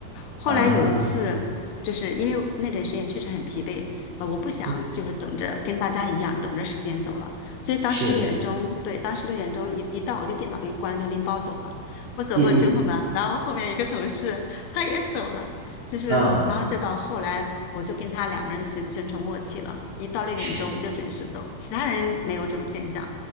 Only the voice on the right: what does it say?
啊，
嗯
是，
嗯
嗯啊，
是，